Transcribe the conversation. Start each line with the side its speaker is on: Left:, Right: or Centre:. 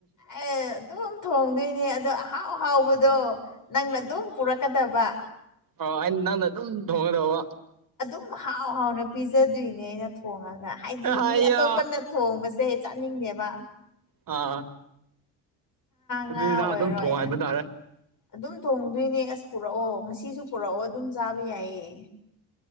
Left: ꯑꯩ ꯑꯗꯨꯝ ꯊꯣꯡꯗꯣꯏꯅꯦ ꯑꯗꯣ ꯑꯍꯥꯎ ꯍꯥꯎꯕꯗꯣ ꯅꯪꯅ ꯑꯗꯨꯝ ꯄꯨꯔꯛꯀꯗꯕ
Right: ꯑ ꯑꯩ ꯅꯪꯅ ꯑꯗꯨꯝ ꯊꯣꯡꯉꯗꯧꯕ
Left: ꯑꯗꯨ ꯍꯥꯎ ꯍꯥꯎꯅ ꯄꯤꯖꯗꯣꯏꯅꯦ ꯑꯩꯅ ꯊꯣꯡꯉꯒ ꯍꯥꯏꯗꯤ
Right: ꯑꯩꯌꯥ
Left: ꯃꯤ ꯑꯇꯣꯞꯄꯅ ꯊꯣꯡꯕꯁꯦ ꯅꯤꯡ ꯗꯦꯕ
Right: ꯑꯥ ꯑꯗꯨꯗꯤ
Left: ꯉꯥ ꯑꯣꯏꯔꯣ
Right: ꯅ ꯑꯗꯨꯝ ꯊꯣꯡ
Left: ꯑꯩꯅ
Right: ꯍꯥꯏꯕ ꯇꯥꯔꯦ
Left: ꯑꯗꯨꯝ ꯇꯣꯡꯗꯣꯏꯅꯦ ꯑꯁ ꯄꯨꯔꯛꯑꯣ ꯉꯁꯤꯁꯨ ꯄꯨꯔꯛꯑꯣ ꯑꯗꯨꯝ ꯆꯥꯕ ꯌꯥꯏꯑ